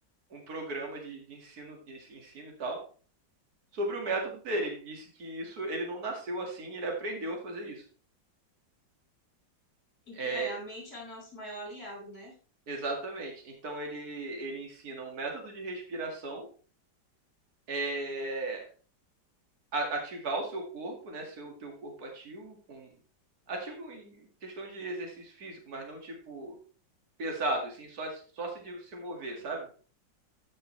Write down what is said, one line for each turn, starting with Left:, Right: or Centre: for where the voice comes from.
Right: um programa de, de ensino de ensino e tal sobre o método dele. Ele disse que isso ele não nasceu assim, ele aprendeu a fazer isso.
Left: Inclu-
Right: É,
Left: é, a mente é o nosso maior aliado, né?
Right: exatamente. Então ele ele ensina um método de respiração, é, a- ativar o seu corpo, né, seu teu corpo ativo com ativo em questão de exercício físico, mas não tipo pesado, assim, só, só se, de- se mover, sabe?